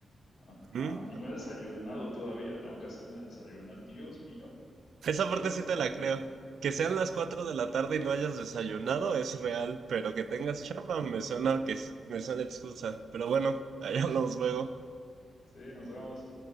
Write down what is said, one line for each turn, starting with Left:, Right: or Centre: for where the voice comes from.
Left: Ajá.
Right: ¿Mm?
Left: Y no he desayunado todavía, tengo que hacerme desayunar. Dios mío.
Right: Esa
Left: Dios,
Right: parte sí te
Left: también
Right: la
Left: te-
Right: creo. Que sean las 4 de la tarde y no hayas desayunado es real, pero que tengas chamba me suena que es- me suena excusa. Pero bueno, ahí hablamos luego.
Left: Sí, nos vemos.